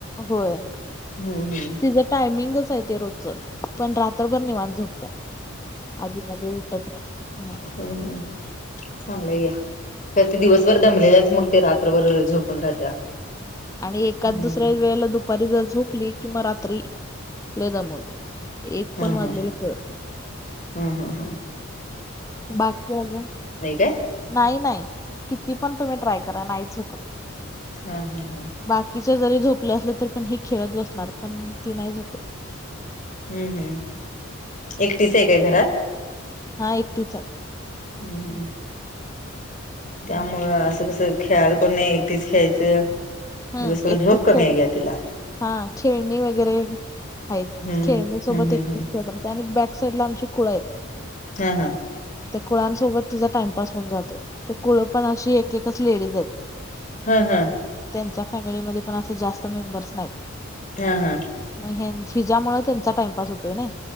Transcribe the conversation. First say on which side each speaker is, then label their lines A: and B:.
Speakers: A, on the left; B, on the left.
A: होय
B: हम्म हम्म
A: त ज टायमिंगच आहे ते रोजच पण रात्रभर निवाण झोपत्या आधी म उठत नाही नाही
B: हम् हम् चांगलं या ख ते दिवस वर दमलेल्याच मग ते रात्रभर झोपून राहत्या
A: आणि एकाच
B: हम्म
A: दुसऱ्या वेळेला दु दुपारी जर झोपली किंवा रात्री ले द मोद्या एक
B: हा
A: पण वाजलेला
B: हा
A: कळत नाही
B: हा हा हां
A: बाकी अजून
B: काय
A: नाही नाही किती पण तुम्ही ट्राय करा नाहीच झोपत
B: हा हा हा
A: बाकीच्या जरी झोपले असले तरी पण हेी खेळत बसणार पण ती नाही झोपत
B: हम्म हम्म एकटीच आहे काय घरात
A: हा एकटीच आहे
B: हम् हम
A: हम्म
B: त्यामुळं असं कसं खेळाला कोण नाही एकटीच खेळायचं
A: हम्म,
B: दिवसभर
A: एकटीच
B: झोप कमी
A: खेळ
B: आहे घ्या तिला
A: हा खेळणी वगैरे आहेत
B: हम्म
A: खेळणीसोबत
B: हम्म हम्म
A: एकच
B: हम्म
A: खेळ करते आणि बॅक साइड ला आमची कुळ आहेत
B: हा हा
A: त्या कुळांसोबत तिचा टाइमपास होऊन जातोय ते कुळ पण अशी एक एकच लेडीज आहेत
B: हा हा
A: त्यांच्या फॅमिलीमध्ये पण असे जास्त मेंबर्स नाहीत
B: हा हा
A: मग हिज्यामुळे त्यांचा टाइमपास होतोय नाही